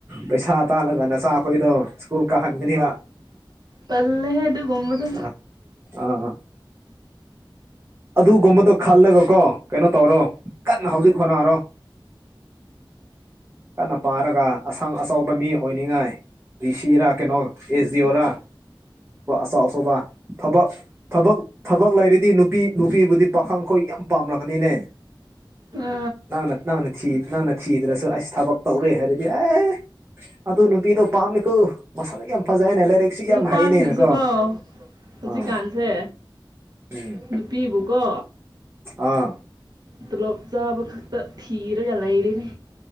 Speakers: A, on the right (about 30°); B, on the right (about 50°).
A: ꯄꯩꯁꯥ ꯇꯥꯜꯂꯒ ꯅꯆꯥꯈꯣꯏꯗꯣ ꯁ꯭ꯀꯨꯜ ꯀꯥꯍꯟ ꯏꯅꯤ ꯋꯥ
B: ꯄꯜꯂꯦꯍꯦ ꯑꯗꯨ ꯀꯝꯕꯗ
A: ꯑꯥ ꯑꯥ ꯑꯗꯨꯒꯨꯝꯕꯗꯣ ꯈꯜꯂꯒ ꯀꯣ ꯀꯩꯅꯣ ꯇꯧꯔꯣ ꯀꯟꯅ ꯍꯧꯖꯤꯛ ꯍꯣꯠꯅꯔꯣ ꯀꯟꯅ ꯄꯥꯔꯒ ꯑꯁꯪ ꯑꯆꯥꯎꯕ ꯃꯤ ꯑꯣꯏꯅꯤꯡꯉꯥꯏ ꯗꯤ ꯁꯤ ꯔ ꯀꯩꯅꯣ ꯑꯦꯁꯗꯤ ꯑꯣ ꯔ ꯑꯆꯧ ꯑꯆꯧꯕ ꯊꯕꯛ ꯊꯕꯛ ꯊꯕꯛ ꯂꯩꯔꯤꯗꯤ ꯅꯨꯄꯤ ꯅꯨꯄꯤꯕꯨꯗꯤ ꯄꯥꯈꯪꯈꯣꯏ ꯌꯥꯝ ꯄꯥꯝꯅꯛꯒꯅꯤꯅꯦ
B: ꯑꯥ
A: ꯅꯪꯅ ꯅꯅ ꯊꯤ ꯅꯪꯅ ꯊꯤꯗ꯭ꯔꯁꯨ ꯑꯁ ꯊꯕꯛ ꯇꯧꯔꯦ ꯍꯥꯏꯔꯗꯤ ꯑꯦ ꯑꯗꯨ ꯅꯨꯄꯤꯗꯣ ꯄꯥꯝꯃꯤꯀꯣ ꯃꯁꯥꯗ ꯌꯥꯝ ꯐꯖꯩꯅꯦ ꯂꯥꯏꯔꯤꯛꯁꯨ ꯌꯥꯝ
B: ꯅꯨꯄꯥꯁꯤꯡꯁꯨꯀꯣ
A: ꯍꯩꯅꯦꯅꯀꯣ
B: ꯍꯧꯖꯤꯛꯀꯥꯟꯁꯦ
A: ꯑꯥ ꯎꯝ
B: ꯅꯨꯄꯤꯕꯨꯀꯣ
A: ꯑꯥ
B: ꯇꯂꯣꯞ ꯆꯥꯕ ꯈꯛꯇ ꯊꯤꯔꯒ ꯂꯩꯔꯤꯅꯦ